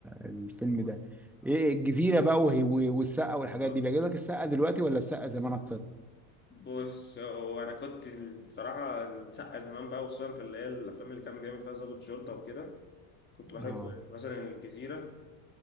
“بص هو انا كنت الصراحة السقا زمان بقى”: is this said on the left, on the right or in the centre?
Left